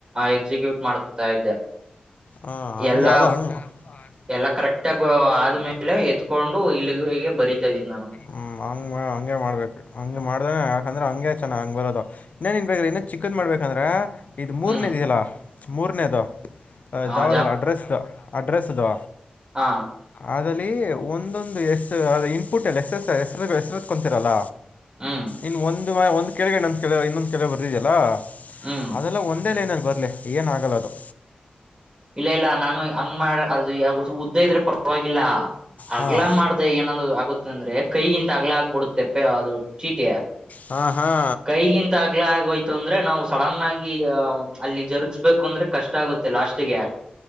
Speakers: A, on the right; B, on the left.
A: ಎಕ್ಸಿಕ್ಯೂಟ್ ಮಾಡ್ತಾ ಇದ್ದೆ.
B: ಹಾಂ ಹಂಗೆ
A: ಎಲ್ಲ
B: ಅದು ಹಂಗೆ
A: ಎಲ್ಲ ಕರೆಕ್ಟ್ ಬ ಆದ್ಮೇ ಎತ್ಕೊಂಡು ಇಲ್ಲಿಗೆ ಗೆ ಬರಿತಾ ಇದೀನಿ ನಾನು
B: ಹ್ಮ ಹಂಗಂ ಹಂಗೆ ಮಾಡ್ಬೇಕ ಹಂಗ ಮಾಡ್ದ್ರೆ ಯಾಕಂದ್ರೆ ಹಂಗೆ ಚೆನ ಹಂಗ ಬರದು ಇನ್ನೇನ <unintelligible> ಇನ್ಮೇನ ಚಿಕ್ಕದ ಮಾಡ್ಬೇಕಂದ್ರೆ ಇದ ಮೂರನೇದ
A: ಹ್ಮ್
B: ಇದೆಯಲ್ಲಾ ಮೂರನೇದ ಅ
A: ಹ
B: ಜಾವದಲ್ಲ ಅಡ್ರೆಸ್ದು ಅಡ್ರೆಸ್ದು
A: ಹಾ
B: ಅದಲ್ಲಿ ಒಂದೊಂದ ಎಸ್ ಅದ ಇನ್ಪುಟ್ ಹೆಸಸ್ ಹೆಸ್ ಎ ಹೆಸರ ಹೆಸರುದಕೊಂತೀರಲ್ಲ
A: ಹ್ಮ್
B: ಇನ್ ಒಂದ ಮ ಒಂದ ಕೆಳಗ ಇನ್ನೊಂದ ಕೆಳಗ ಇನ್ನೊಂದ ಕೆಳಗ ಬರ್ದಿದಲ್ಲಾ
A: ಹ್ಮ್
B: ಅದೆಲ್ಲ ಒಂದೇ ಲೈನಲ್ಲಿ ಬರ್ಲಿ ಏನ ಆಗಲ್ಲ ಅದು
A: ಇಲ್ಲ ಇಲ್ಲ ನಾನು ಹಂಗ ಮಾಡ ಅದು ಯ ಉದ್ದ ಇದ್ರೆ ಪರವಾಗಿಲ್ಲ. ಅಗ್ಲ
B: ಹಾಂ
A: ಮಾಡ್ದ ಏನ್ ಆಗುತ್ತೆ ಅಂದ್ರೆ ಕೈಗಿಂತ ಅಗ್ಲ ಆಗ್ಬಿಡುತ್ತೆ ಪ್ಪೆ ಅದು ಚೀಟಿ
B: ಹಾಂ ಹಾಂ
A: ಕೈಗಿಂತ ಆಗ್ಲ ಆಗೋಯ್ತು ಅಂದ್ರೆ ನಾವ ಸಡನ್ ಆಗಿ ಅಲ್ಲಿ ಜರುಗ್ಸ್ಬೇಕು ಅಂದ್ರೆ ಕಷ್ಟ ಆಗುತ್ತೆ ಲಾಸ್ಟ್ ಗೆ